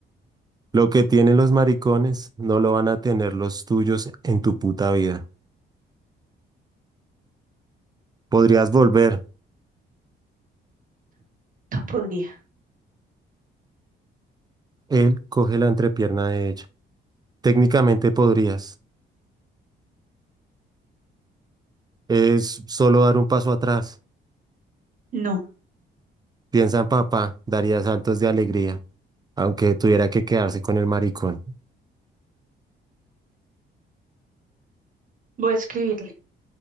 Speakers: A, on the right; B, on the right.
A: Lo que tienen los maricones no lo van a tener los tuyos en tu puta vida. Podrías volver.
B: No podría.
A: Él coge la entrepierna de ella. Técnicamente podrías. Es solo dar un paso atrás.
B: No,
A: Piensa en papá, daría saltos de alegría, aunque tuviera que quedarse con el maricón.
B: voy a escribirle.